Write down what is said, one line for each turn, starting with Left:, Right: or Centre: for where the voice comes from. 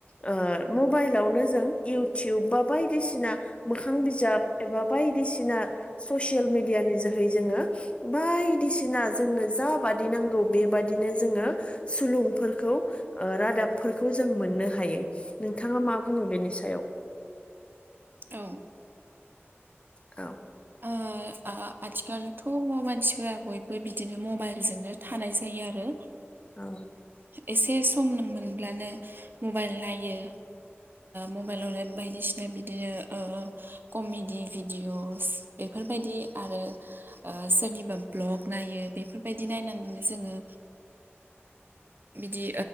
Left: ओ मबाइलाव नो जों इयथुब बा बायदिसिना मोखां बिजाब एबा बायदिसिना ससेल ससेल मेडियानि जोहै जोङो बायदि सिना जोंनो जा बादि नांगौ बेबादिनो जोङो सुलुंफोरखौ रादाब। जों मोननो हायो नोंथांङा मा बुंङो बेनि सायाव।
Right: औ
Left: औ।
Right: ओ आथिखालथ' मानसिफोरा बयबो बिदिनो मबाइलजोंनो थानाय जायो। आरो
Left: औ
Right: एसे सम मोनब्लानो मबाइल नायो मबाइलावनो बायदिसिना बिदिनो कमेडि भिडिअ'स बेफोरबायदि आरो सोरनिबा भ्लग नायो बेफोरबायदि नायनानैनो जोंङो। बिदि